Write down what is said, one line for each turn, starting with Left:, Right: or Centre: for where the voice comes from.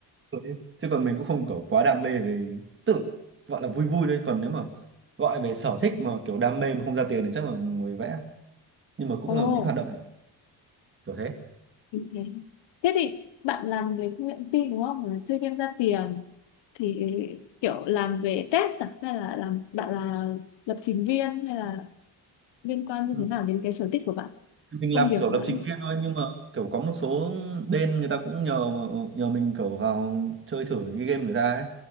Right: Chơi ấy. chứ còn mình cũng không kiểu quá đam mê về tức là gọi là vui vui thôi còn nếu mà gọi về sở thích mà kiểu đam mê mà không ra tiền thì chắc là ngồi vẽ nhưng mà cũng
Left: ồ oh,
Right: là những hoạt động kiểu thế
Left: Ok. Thế thì bạn làm về công nghệ thông tin đúng không? Là chơi game ra tiền thì kiểu làm về test à? Hay là làm bạn là lập trình viên hay là liên quan như
Right: Ừ.
Left: thế nào đến cái sở thích của bạn,
Right: mình
Left: công
Right: làm
Left: việc
Right: kiểu
Left: của
Right: lập
Left: bạn?
Right: trình viên thôi nhưng mà kiểu có một số bên người ta cũng nhờ mà nhờ mình kiểu vào chơi thử những cái game người ta ấy